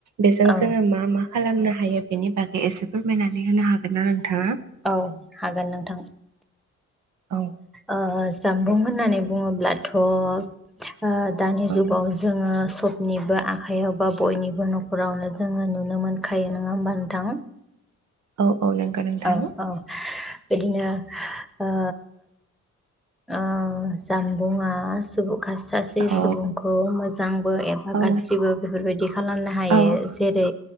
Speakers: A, on the right; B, in the centre.
A: बेजों
B: औ
A: जोङो मा मा खालामनो हायो बेनि बागै एसे फोरमायनानै होनो हागोन ना नोंथाङा?
B: औ हागोन नोंथां।
A: औ
B: ओ जामबुं होननानै बुङो ब्लाथ' ओ दानि
A: औ
B: जुगाव जोङो सब निबो आखाइयाव बा बयनिबो न'खरावनो जोङो नुनो मोनखायो नोङा होमबा नोंथां?
A: औ। औ नंगौ नोंथां।
B: औ औ बिदिनो ओ ओ जामबुंआ सुबु खास सासे
A: औ
B: सुबुंखौ मोजांबो एबा
A: औ
B: गाज्रिबो बेफोर बायदि खालामनो हायो
A: औ
B: जेरै